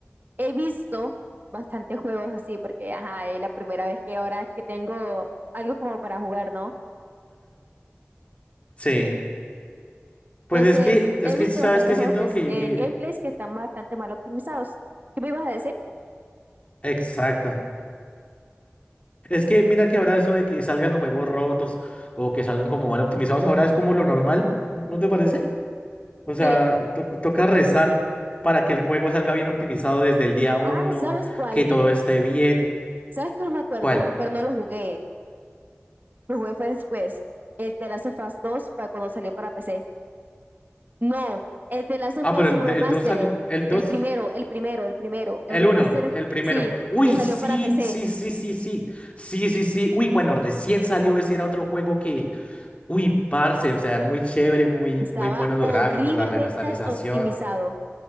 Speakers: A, on the right; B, on the left.
A: he visto bastantes juegos así, porque, ajá, es la primera vez que ahora es que tengo algo como para jugar, ¿no?
B: Sí. Pues
A: Entonces,
B: es que, es
A: he
B: que,
A: visto
B: ¿sabes
A: bastantes
B: qué?
A: juegos
B: Siento
A: que es,
B: que,
A: en
B: que...
A: gameplays que están bastante mal optimizados. ¿Qué me ibas a decir?
B: Exacto. Es que mira que ahora eso de que salgan los juegos rotos o que salgan como mal optimizados, ahora es como lo normal, ¿no te parece? O sea,
A: Sí.
B: to- toca rezar para que el juego salga bien optimizado desde el día uno,
A: Ah, ¿sabes cuál?
B: que todo esté bien.
A: ¿Sabes que no me acuerdo?
B: ¿Cuál?
A: Pero no lo jugué, lo jugué fue después, el The Last of Us dos para cuando salió para P C No, el de Last of
B: Ah,
A: Us
B: pero el,
A: Remastered.
B: el 2 salió, el dos
A: El primero, el primero, el primero. El
B: el
A: remastered,
B: uno el primero.
A: sí,
B: Uy,
A: que salió
B: sí,
A: para PC.
B: sí, sí, sí, sí, sí, sí, sí. Uy, cuando recién salió ese era otro juego que... Uy, parce, o sea, muy chévere, muy,
A: Estaba
B: muy buenos
A: horriblemente
B: los gráficos, la remasterización,
A: optimizado.